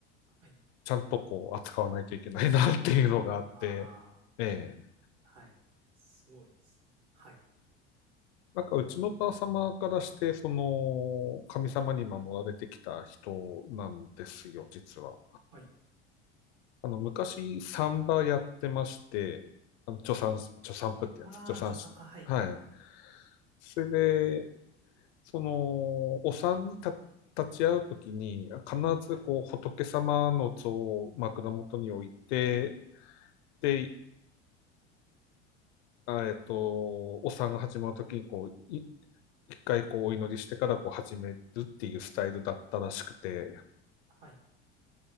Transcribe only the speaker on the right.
はい。
ああ、
はい。すごいです。はい。
はい。
ああ、
助産、あ、はい。
はい。
はい